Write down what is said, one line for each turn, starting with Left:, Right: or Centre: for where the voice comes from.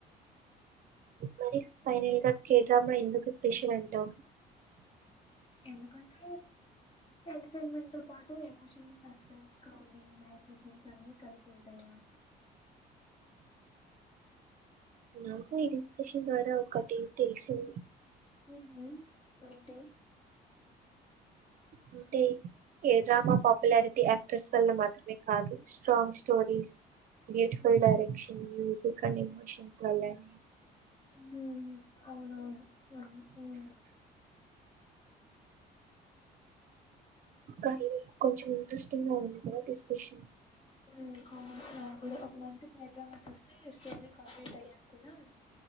Right: మరి ఫైనల్ గా కే డ్రామా ఎందుకు స్పెషల్ అంటావు
Left: ఎందుకంటే ఎంటర్టైన్మెంట్ తో పాటు ఎమోషన్ సస్పెన్స్ గా ఉండి లైఫ్ మోషన్స్ అన్ని కలిపి ఉంటాయి కాబట్టి
Right: నాకు ఈ డిస్కషన్ ద్వారా ఒకటి తెలిసింది
Left: ఉహు ఏంటి
Right: అంటే ఏ డ్రామా పాపులారిటీ యాక్టర్స్ వల్ల మాత్రమే కాదు strong stories beautiful
Left: um,
Right: direction music and emotions వల్లనే
Left: మ్మ్ అవునవును అ మ్
Right: కా ఇది కొంచెం ఇంట్రెస్టింగ్గా ఉంది కదా డిస్కషన్
Left: మ్ అవును నాకు కూడా ఒక మనసుకు ఏర్ డ్రామ చూస్తే స్టోరి కంప్లీట్ అయ్యక కూడా